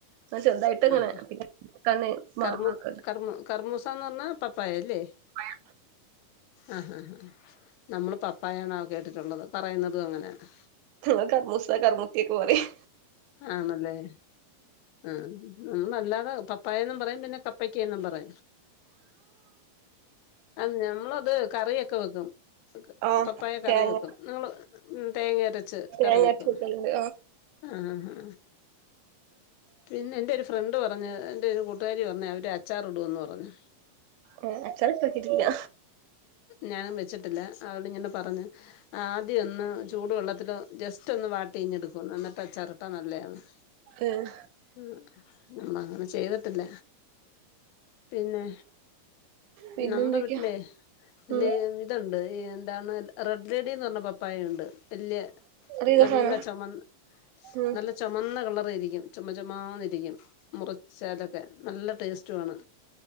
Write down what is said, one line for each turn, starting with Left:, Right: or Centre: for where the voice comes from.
Right: ആഹ് ചെർതായിട്ട്ങ്ങനെ
Left: ആ
Right: പിന്നെ <unintelligible> കണ്ണ് മാങ്ങാ
Left: കർമു
Right: ഒക്കെണ്ട്
Left: കർമു കർമൂസാന്ന് പർഞ്ഞാ പപ്പായ അല്ലേ
Right: പ്പായ
Left: ആഹ് ഹാ ഹാ നമ്മള് പപ്പായാന്നാ കേട്ടിട്ടാെള്ളത് പറയ്ന്നതും അങ്ങനെയാണ്
Right: ഞങ്ങള് കർമൂസ കർമുട്ടിയൊക്കെ പറയും
Left: ആണെല്ലേ ഉം നല്ലതാ പപ്പായെന്നും പറയും പിന്നെ ക പ്പക്ക എന്നും പറയും അൽ ഞമ്മളത് കറിയൊക്കെ വെക്കും
Right: ആഹ്
Left: പപ്പായ കറി
Right: തേങ്ങ
Left: വെക്കും മോള് ഉം തേങ്ങയരച്ച്
Right: തേങ്ങ
Left: കറി വെക്കും
Right: അരച്ച് വെക്കലുണ്ട്
Left: ആഹ് ആഹ് പിന്നെ എന്റൊര് ഫ്രണ്ട് പറഞ്ഞ് എന്റെയൊര് കൂട്ടുകാരി പറഞ്ഞ് അവര് അച്ചാറ് ഇടുവെന്ന് പറഞ്ഞ്
Right: ഓഹ് അച്ചാറ്ട്ട് നോക്കീട്ടില്ലാ
Left: ഞാനും വെച്ച്ട്ടില്ല അവളിങ്ങനെ പറഞ്ഞ് ആദ്യ ഒന്ന് ചൂട് വെള്ളത്തില് ജസ്റ്റാെന്ന് വാട്ടി ഇങ്ങെടുക്കുംന്ന് എന്നിട്ട് അച്ചാറിട്ടാ നല്ലെയാന്ന്
Right: ഏഹ്
Left: ഉം ഉം അങ്ങനെ ചെയ്തിട്ടില്ല പിന്നെ
Right: പിന്നെന്തൊക്കെയാ
Left: നമ്മ്ടെ വീട്ട്ലേ അല്ലേ
Right: ഉം
Left: ഇത്ണ്ട് ഈ എന്താണ് റെഡ് ലേഡീന്ന് പർഞ്ഞ പപ്പായയ്ണ്ട് വല്യെ
Right: അറിയുന്ന
Left: നല്ല
Right: സാധനാ
Left: ചൊമന്ന്
Right: ഉം
Left: നല്ല ചൊ മന്ന കളറായ്രിക്കും ചൊമ ചൊമാന്നിരിക്കും മുറിച്ചാലൊക്കെ നല്ല ടേസ്റ്റു ആണ്